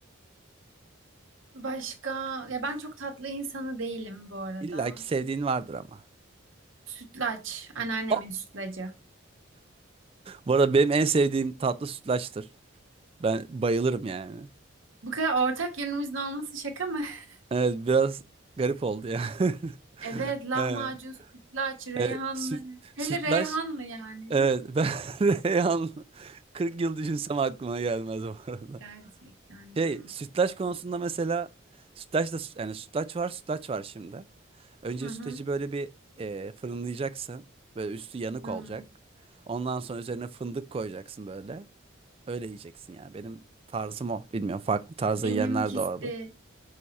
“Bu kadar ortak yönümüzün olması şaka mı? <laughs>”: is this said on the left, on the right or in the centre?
Right